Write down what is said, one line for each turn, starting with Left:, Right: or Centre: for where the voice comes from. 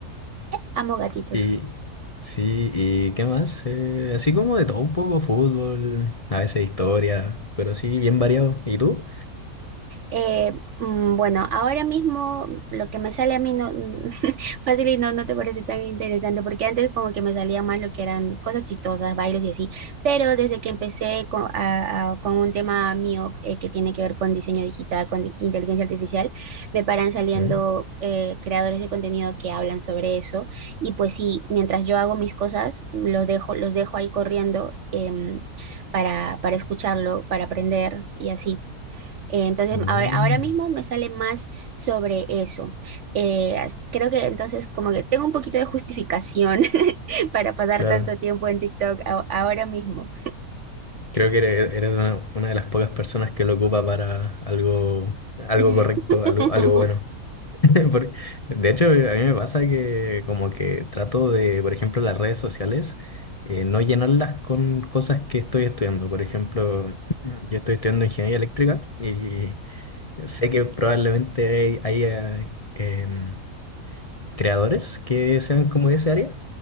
Right: Amo gatitos.
Left: Y sí, ¿y qué más? Eh, así como de todo un poco, fútbol, a veces historia, pero sí, bien variado. ¿Y tú?
Right: Eh, mm, bueno, ahora mismo lo que me sale a mí no <laughs> fácil y no, no te parece tan interesante, porque antes como que me salía más lo que eran cosas chistosas, bailes y así, pero desde que empecé con, a- a- con un tema mío eh, que tiene que ver con diseño digital, con di- inteligencia artificial, me paran saliendo
Left: Mm,
Right: eh, creadores de contenido que hablan sobre eso, y pues sí, mientras yo hago mis cosas, los dejo, los dejo ahí corriendo em, para, para escucharlo, para aprender y así. Eh, Entonces,
Left: mm,
Right: ahora, ahora mismo me sale más sobre eso. Eh, as- creo que entonces como que tengo un poquito de justificación <laughs> para pasar
Left: Claro,
Right: tanto tiempo en TikTok a- ahora mismo.
Left: creo que eres, eres una, una de las pocas personas que lo ocupa para algo, algo
Right: <laughs>
Left: correcto, algo, algo bueno. <laughs> Por- De hecho, a mí me pasa que como que trato de, por ejemplo, las redes sociales, eh, no llenarlas con cosas que estoy estudiando. Por ejemplo, <clears throat> yo estoy estudiando ingeniería eléctrica y sé que probablemente hay- haya em, creadores que sean como de ese área,